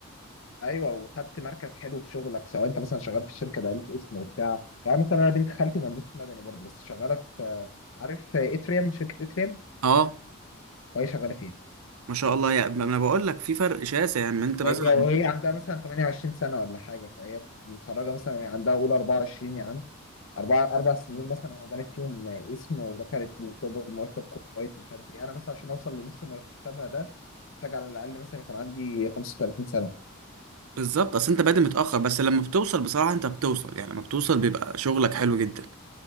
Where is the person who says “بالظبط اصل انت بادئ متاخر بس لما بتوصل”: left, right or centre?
Right